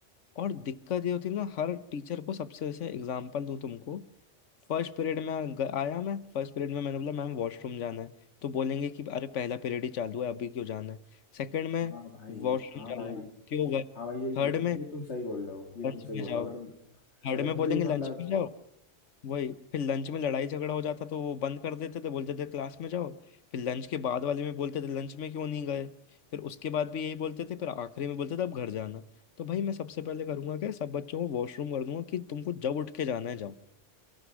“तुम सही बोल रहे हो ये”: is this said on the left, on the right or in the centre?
Left